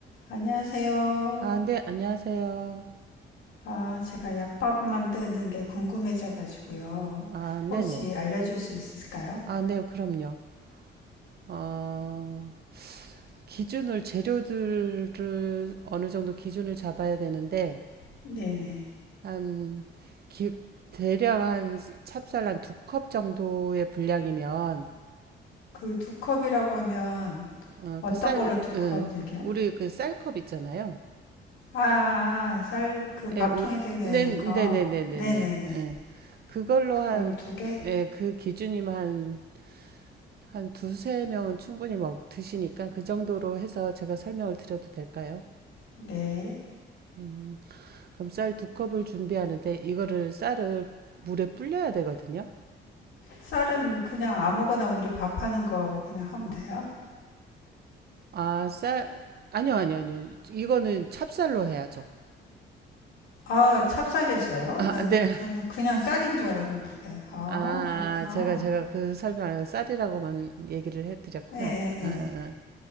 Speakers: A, on the left; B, on the right.
A: 안녕하세요.
B: 아, 네, 안녕하세요.
A: 아, 제가 약밥 만드는 게 궁금해져가지고요.
B: 아, 네네.
A: 혹시 알려줄 수 있을까요?
B: 아, 네, 그럼요. 어, 기준을, 재료들을 어느 정도 기준을 잡아야 되는데,
A: 네네.
B: 한, 기, 대략 한 찹쌀 한 두컵 정도의 분량이면,
A: 그 두 컵이라고 하면
B: 어,
A: 어떤
B: 그 쌀,
A: 걸로 두컵
B: 어,
A: 얘기요?
B: 우리 그 쌀컵 있잖아요.
A: 아, 아, 아, 쌀, 그 밥통에
B: 예, 우리,
A: 드는
B: 네, 네네네네네.
A: 거. 네네네.
B: 예. 그걸로
A: 그걸로
B: 한,
A: 두 개?
B: 예, 그 기준이면 한 한 두세 명은 충분히 먹 드시니까 그 정도로 해서 제가 설명을 드려도 될까요?
A: 네.
B: 음, 그럼 쌀 두 컵을 준비하는데 이거를 쌀을 물에 불려야 되거든요.
A: 쌀은 그냥 아무거나 우리 밥하는 거 그냥 하면 돼요?
B: 아, 쌀 아니요, 아니요, 아니요. 이거는 찹쌀로 해야죠.
A: 아, 찹쌀이었어요?
B: 아,
A: 난,
B: 네.
A: 저는 그냥 쌀인 줄 알았는데. 아,
B: 아,
A: 그렇구나.
B: 제가 제가 그 설명 안 하고 쌀이라고만 얘기를 해드렸구나.
A: 예, 예, 예.
B: 아, 아, 아.